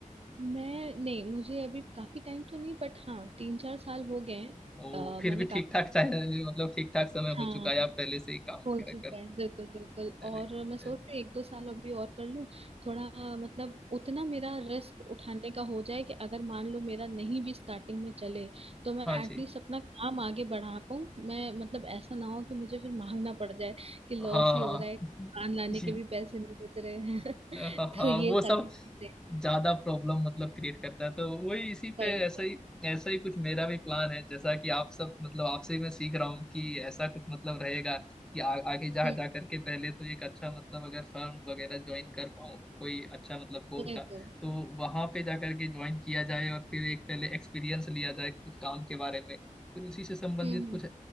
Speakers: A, on the right; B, in the centre.
A: मैं नहीं मुझे अभी काफी टाइम तो नहीं बट हाँ तीन चार साल हो गए हैं
B: ओ
A: अ,
B: फिर
A: मैंने
B: भी
A: काफी
B: ठीक ठाक चाहे मतलब ठीक ठाक समय
A: हाँ
B: हो चुका है आप पहले से ही काम वगैरह
A: हो चुका
B: कर
A: है बिल्कुल बिल्कुल
B: पहले,
A: और मैं सोच
B: पहले
A: रही हूँ एक दो साल अभी और कर लूँ थोड़ा मतलब उतना मेरा रिस्क उठाने का हो जाए कि अगर मान लो मेरा नहीं भी स्टार्टिंग में चले तो मैं
B: हाँ जी
A: एटलीस्ट अपना काम आगे बढ़ा पाऊँ मैं मतलब ऐसा ना हो कि मुझे फिर मांगना पड़ जाए कि लॉस
B: हाँ
A: ही
B: हाँ
A: हो रहा है दुकान
B: <laughs>
A: लाने
B: जी
A: के भी पैसे नहीं बच रहे हैं <laughs>
B: हाँ हाँ,
A: तो ये
B: वो
A: सारी
B: सब
A: चीजें
B: ज्यादा प्रॉब्लम मतलब क्रिएट करता है तो वही इसी
A: भाई
B: पे ऐसा
A: भाई
B: ही ऐसा ही कुछ मेरा भी प्लान है जैसा कि आप सब मतलब आपसे ही मैं सीख रहा हूँ कि ऐसा कुछ मतलब रहेगा कि आ, आगे जा
A: हम्म
B: जा करके पहले तो एक अच्छा मतलब अगर फर्म वगैरह ज्वाइन कर पाऊँ कोई अच्छा मतलब कोर
A: बिल्कुल
B: का तो वहां पे जा करके ज्वाइन किया जाए और फिर एक पहले एक्सपीरियंस लिया जाए कुछ काम के बारे में फिर उसी से संबंधित
A: हम्म
B: कुछ